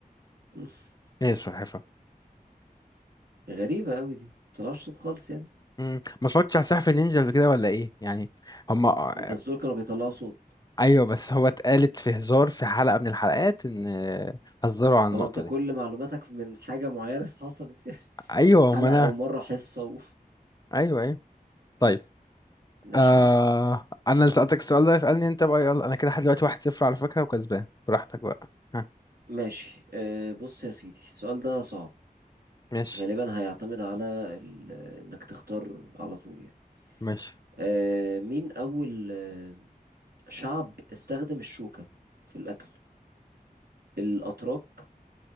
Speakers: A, on the right (about 80°); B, on the left (about 25°).
A: <laughs>
B: ايه السلحفاه
A: غريبة قوي دي مطلعش صوت خالص يعني
B: مم. ما اتفرجتش على سقف النينجا قبل كده ولا ايه يعني هما
A: بس دول كانوا بيطلعوا صوت
B: ايوه بس هو اتقالت في هزار في حلقة من الحلقات ان هزروا عن النقطة
A: هو انت كل
B: دي
A: معلوماتك من حاجة معينة <laughs> حصلت يعني
B: ايوه هما
A: حلقة
B: انا
A: ومرة حصة اوف
B: ايوه ايوه طيب
A: ماشي
B: آه...
A: يا عم
B: انا اللي سألتك السؤال ده اسألني انت بقى يلا انا كده لحد دلوقتي واحد صفر على فكرة وكسبان براحتك بقى ها
A: ماشي أه بص يا سيدي السؤال ده صعب
B: ماشي
A: غالبا هيعتمد على ال... انك تختار على طول يعني
B: ماشي
A: أه مين اول آه، شعب استخدم الشوكة في الاكل الاتراك